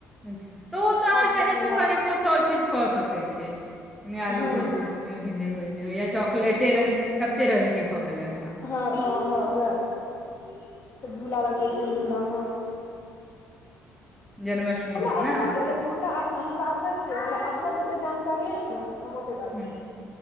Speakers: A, in the centre; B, on the left.
A: अच्छा तऽ ओ तऽ अहाँ
B: हर
A: कनिको
B: चीज मिला
A: कनिको सब चीज कऽ सकै छियैने आलू
B: हूँ
A: भेजू भिंडी भूज दियो या चॉकलेट रंग कते रंग के भए गेले
B: हँ हँ हँ उह झूला लगबे छैन झूला मऽ
A: जन्माष्टमी
B: हमरा
A: दिन
B: अपना
A: ने
B: देखियौ हमरा अपना हमरा अपना की हमरा अपना जते जानकारी अछि नऽ हम ओतेक काज
A: हूँ
B: करै छी।